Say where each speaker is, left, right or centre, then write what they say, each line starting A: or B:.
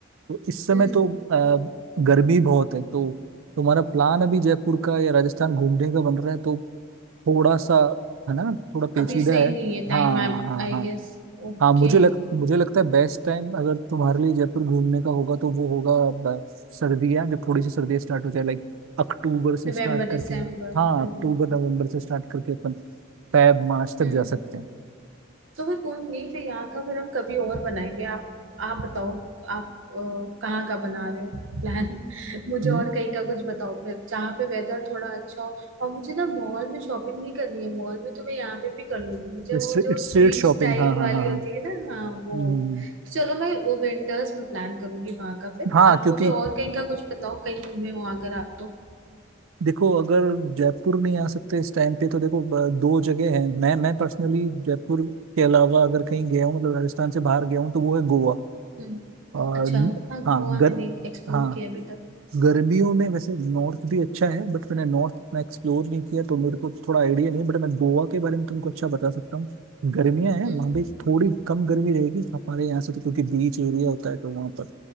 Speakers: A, on the right (about 85°); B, on the right (about 70°).
A: तो इस समय
B: हम्म
A: तो अ, गर्मी बहुत है तो तुम्हारा प्लान अभी जयपुर का या राजस्थान घूमने का बन रहा है तो थोड़ा सा है ना थोड़ा पेचीदा
B: अभी सही
A: है
B: नहीं है time
A: हाँ
B: I
A: हाँ
B: I
A: हाँ
B: guess Okay
A: हाँ मुझे लग मुझे लगता है बेस्ट टाइम अगर तुम्हारे लिए जयपुर घूमने का होगा तो वो होगा ब- सर्दियाँ जब थोड़ी सी सर्दियाँ स्टार्ट हो जाए लाइक अक्टूबर से
B: नवंबर
A: स्टार्ट करके
B: दिसंबर
A: हाँ
B: हम्म
A: अक्टूबर नवंबर से स्टार्ट करके अपन फैब मार्च तक
B: हम्म
A: जा सकते हैं
B: तो फिर कोई नहीं फिर यहाँ का फिर हम कभी और बनाएंगे आप आप बताओ आप अ, कहाँ का बना रहे हो प्लान <laughs> मुझे
A: हम्म,
B: और कहीं का कुछ बताओ फिर जहाँ पे वेदर थोड़ा अच्छा हो और मुझे ना मॉल में शॉपिंग नहीं करनी है मॉल में तो मैं यहाँ पे भी कर लूंगी मुझे
A: स्ट्रीट
B: वो जो
A: स्ट्रीट
B: स्ट्रीट
A: शॉपिंग
B: स्टाइल
A: हाँ हाँ
B: वाली
A: हाँ हाँ
B: होती है ना हाँ
A: हम्म,
B: वो
A: हम्म,
B: तो चलो मैं वो विंटर्स में प्लान करूंगी वहाँ का फिर
A: हाँ
B: आप
A: क्योंकि
B: मुझे और कहीं का कुछ बताओ कहीं घूमे हो अगर आप तो
A: देखो अगर जयपुर नहीं आ सकते इस टाइम पे तो देखो ब- दो जगह है मैं मैं पर्सनली जयपुर के अलावा अगर कहीं गया हूँ मतलब राजस्थान से बाहर गया हूँ तो वो है गोवा
B: हम्म
A: और
B: अच्छा
A: न-
B: हाँ गोवा
A: हाँ गर
B: मैंने एक्सप्लोर
A: हाँ
B: किया अभी तक
A: गर्मियों में वैसे नॉर्थ भी अच्छा है बट मैंने नॉर्थ इतना एक्सप्लोर नहीं किया तो मेरे को थोड़ा आइडिया नहीं है बट मैं गोवा के बारे में तुमको अच्छा बता सकता हूँ गर्मियाँ हैं
B: हम्म
A: वहाँ भी थोड़ी कम गर्मी रहेगी हमारे यहाँ से तो क्योंकि बीच एरिया होता है तो वहाँ पर